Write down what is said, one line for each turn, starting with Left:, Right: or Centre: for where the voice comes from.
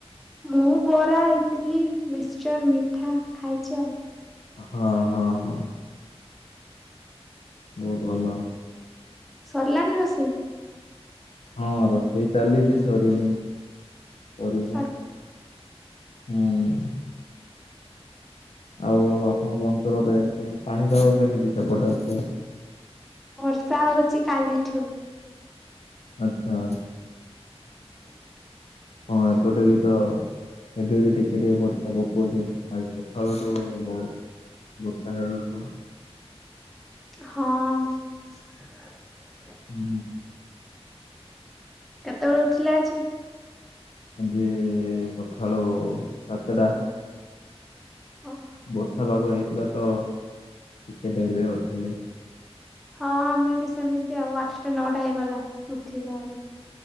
Centre: ମୁଁ ବରା, ଇଟଲି, ମିକ୍ସଚ, ମିଠା ଖାଇଛି ଆଉ।
Left: ହଁ ହଁ ହଁ। ବହୁତ ଭଲ।
Centre: ସରିଲାଣି ରୋଷେଇ?
Left: ହଁ ରୋଷେଇ ଚାଲିଚି ସରିନି ସରିବ।
Centre: ଆ
Left: ହୁଁ। ଆଉ ଆପଣଙ୍କ ଅଞ୍ଚଳରେ ପାଣିପାଗ କେମିତି ସେପଟେ ଅଛି?
Centre: ବର୍ଷା ହଉଚି କାଲିଠୁ।
Left: ଆଚ୍ଛା।
Centre: <inaudible>
Left: ହଁ ଏପଟେ ବି ତ, ଏବେ ବି ଟିକେ ଟିକେ ବର୍ଷା ପକଉଚି। ଆଜି ସକାଳଠୁ ବହୁତ୍ ବର୍ଷା ହେଇଚି।
Centre: ହଁ।
Left: ହୁଁ।
Centre: କେତେବେଳେ ଉଠିଲେ ଆଜି?
Left: ଆଜି ସକାଳୁ ସାତଟା।
Centre: ହଁ
Left: ବର୍ଷା ପାଗ ହେଇଥିଲା ତ ଟିକେ ଡେରିରେ ଉଠିଲି।
Centre: ହଁ ଆମେ ବି ସେମିତି ଆଉ ଆଠଟା ନଅଟା ହେଇଗଲା ଉଠିବା ଆଉ।